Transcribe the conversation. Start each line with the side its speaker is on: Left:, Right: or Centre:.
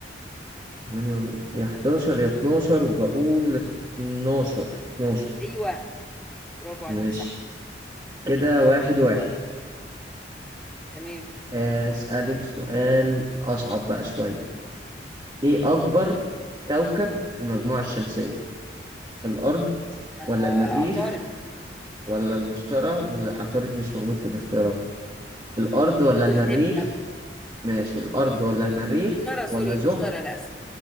Right: تمانية- ولا- يا 11 يا 12 وبقول 12 12
Centre: أيوة برافو عليك
Right: ماشي
Centre: صح
Right: كده واحد واحد
Centre: تمام
Right: آه، أسألك سؤال أصعب بقى شوية ايه اكبر
Centre: جوجل
Right: كوكب في المجموعة الشمسية الارض ولا
Centre: آه،
Right: المريخ
Centre: عطارد
Right: ولا المشتري ولا عطارد مش موجود في الاختيارات الارض ولا
Centre: قلت
Right: المريخ
Centre: تاني طب
Right: ماشي الارض ولا المريخ
Centre: المشترى سوري
Right: ولا
Centre: المشترى
Right: زحل
Centre: أنا آسف